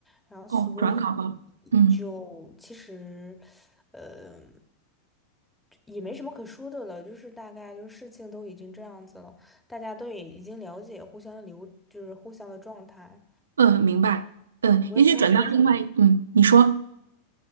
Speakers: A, in the centre; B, on the right.
A: 然后所以
B: 哦，转岗了。嗯
A: 就其实，呃，也没什么可说的了，就是大概就是事情都已经这样子了，大家都也已经了解互相的流，就是互相的状态，
B: 嗯，明白。嗯，
A: 我也不知道说什么
B: 也许转到另外，嗯，你说。